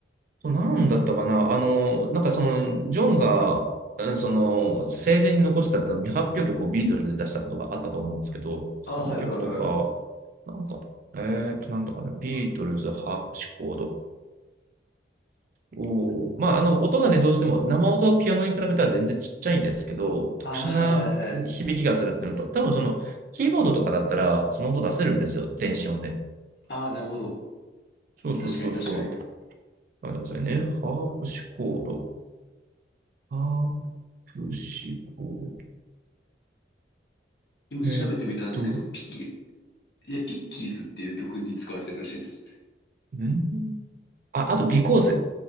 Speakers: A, on the right; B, on the left.
A: そう、なんだったかな。
B: うん。
A: あの、なんかその、ジョンが、うんその、生前に残した未発表曲をビートルズで出したことがあったと思うんですけど、その曲とか、
B: ああ、はいはいはい。
A: なんか、えーと、なんだかな、ビートルズ、ハープシコード。おーまあ、あの、音がね、どうしても、生音はピアノに比べたら全然ちっちゃいんですけど、特殊な響きがするっていうのと、
B: ああ、はいはいはい。
A: 多分その、キーボードとかだったら、その音出せるんですよ、電子音で。
B: ああ、なるほど。
A: そうそうそうそう。
B: 確かに確かに。
A: 待ってくださいね。ハープシコード。ハープシコード。
B: 今調べてみたんですけど、
A: えーっと、
B: ピッキー、いや、ピッキーズっていう曲に使われてるらしいです。
A: んあ、あと、ビコーズ。